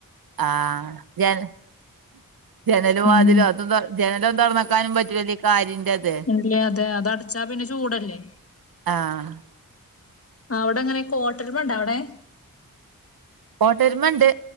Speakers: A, on the right (about 80°); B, on the left (about 40°).
A: ആഹ് ജന ജനലും
B: ഉം
A: വാതിലോ അതും ജനലും തുറന്നക്കാനും പറ്റൂല്ലേ കാരിന്റെത്
B: ല്ലെ അതെ ആ അതടച്ചാ പിന്നെ ചൂടല്ലേ
A: ആഹ്
B: ആ അവ്ടെ ങ്ങനെ കോട്ടെരുമണ്ടോ അവിടെ
A: കോട്ടര്മണ്ട്